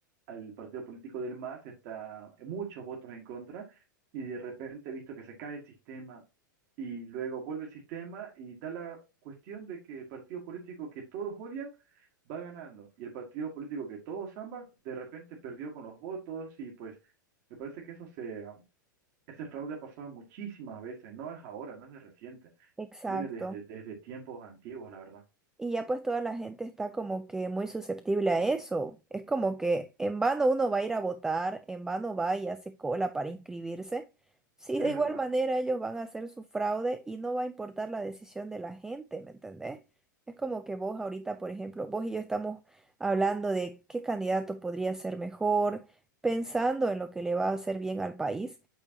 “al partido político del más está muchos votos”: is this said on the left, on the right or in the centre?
Right